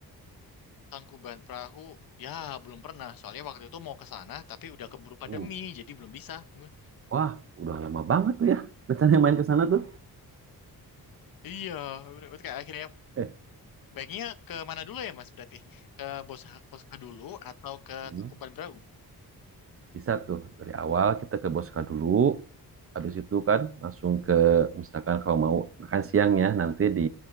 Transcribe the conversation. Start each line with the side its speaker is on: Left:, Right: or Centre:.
Left: Tangkuban Perahu. Ya belum pernah. Soalnya waktu itu mau ke sana tapi udah keburu pandemi
Right: Hmm.
Left: jadi belum bisa. Udah.
Right: Wah, udah lama banget tuh ya rencananya main ke sana tuh.
Left: Iya, udah, udah, kayak akhirnya
Right: Eh,
Left: Baiknya ke mana dulu ya Mas berarti? Ke Bos Poska dulu atau ke
Right: hmm,
Left: Tangkuban Perahu?
Right: bisa tuh dari awal kita ke boska dulu. Habis itu kan langsung ke misalkan kalau mau makan siang ya nanti di